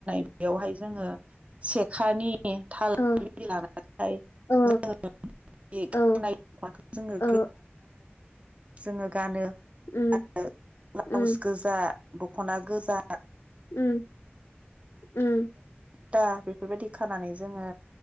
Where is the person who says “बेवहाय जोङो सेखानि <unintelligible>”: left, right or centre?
Right